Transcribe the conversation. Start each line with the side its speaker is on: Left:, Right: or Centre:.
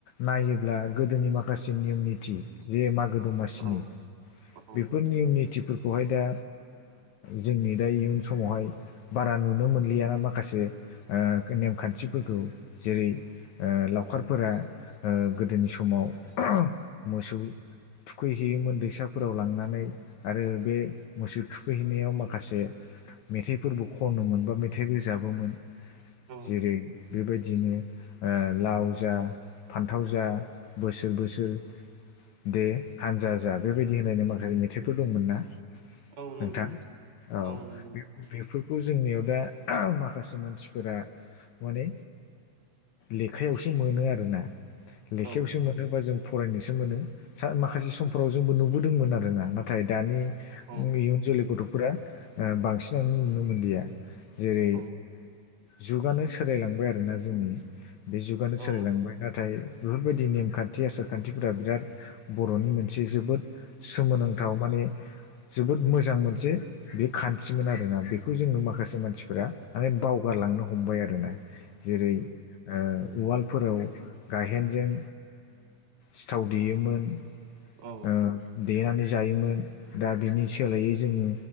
Left: नायोब्ला गोदोनि माखासे नियम निथि जे मा मागो दमासिनि
Right: औ औ
Left: बेफोर नियम नितिफोरखौहाय दा जोंनि दा इयुन समावहाय बाद नुनो मोनलियाना माखासे नेमखान्थिफोरखौ जेरै ओ लावखारफोरा ओ गोदोनि समाव मोसौ थुखैहैयोमोन दैसाफोराव लांनानै आरो बे मोसौ थुखैहैनायाव माखासे मेथाइफोरबो खनोमोन बा मेथाइ रोजाबोमोन
Right: औ
Left: जेरै बेबायदिनो लाव जा फान्थाव जा बोसोर बोसोर दे हानजा जा बेबायदि होनायनानै माखासे मे थाइफोर दंमोन ना
Right: औ नंगौ
Left: नोंथां औ
Right: नंगौ नोंथां
Left: बेफोरखौ जोंनियाव दा माखासे मानसिफोरा माने लेखायावसो मोनो आरोना लेखायावसो
Right: औ
Left: मोनोबा जों फरायनोसो मोनो माखासे समफोराव जोंबो नुबोदोंमोन आरो ना नाथाय दानि
Right: औ
Left: इयुन जोलै गथ'फोरा बांसिनानो नुनो मोनलिया जेरै
Right: औ
Left: जुगानो सोलायलांबाय आरोना जोंनि बे सोलायलांबाय
Right: औ
Left: नाथाय बेफोरबायदि नेमखान्थि आसार खान्थिफोरा बिराद बर'नि मोनसे जोबोद सोमोनांथाव माने <unintelligible> जोबोद मोजां मोनसे बे खान्थिमोन आरोना बेखौ जोङो माखासे मानसिफोरा माने बावगार लांनो हमबाय आरोना जेरै ओ उवालफोराव गायहेनजों सिथाव देयोमोन
Right: औ
Left: ओ देनानै जायोमोन दा बिनि सोलायै जोङो